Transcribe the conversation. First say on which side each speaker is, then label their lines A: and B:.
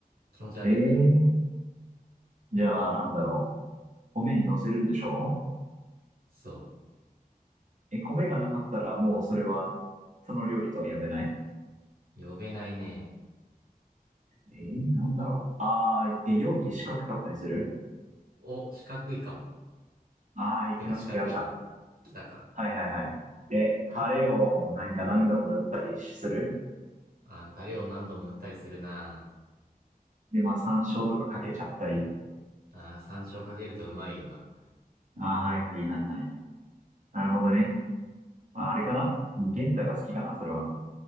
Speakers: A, on the right; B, on the right.
A: 気持ち悪いな。
B: ええー。じゃあ、なんだろう。米に乗せるんでしょ
A: そ
B: え、米がなかったらもうそれは、その料理とは呼べない
A: う。呼べないね。
B: えー、なんだろう。え、容器四角かったりする
A: お、四角いかも。
B: ああ、行きました、
A: てか四角いね。
B: 行きました。
A: 来たか。
B: はいはいはい。で、タレをなんか何度も塗ったりする。
A: あタレを何度も塗ったりするな。
B: で、まあ山椒とかかけちゃったり。
A: あ山椒かけるとうまいよな。
B: ああ、はいはいはいはい。なるほどね。まあ、あれかな玄太が好きかなそれは。